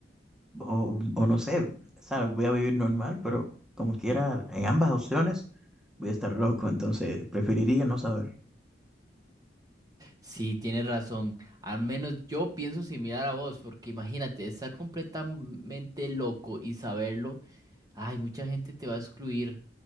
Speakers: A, in the centre; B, on the right (about 20°).
A: O, o no sé, ¿sabes? Voy a vivir normal, pero como quiera, en ambas opciones voy a estar loco, entonces preferiría no saber.
B: Sí, tienes razón. Al menos yo pienso similar a vos, porque imagínate, estar completamente loco y saberlo, ay, mucha gente te va a excluir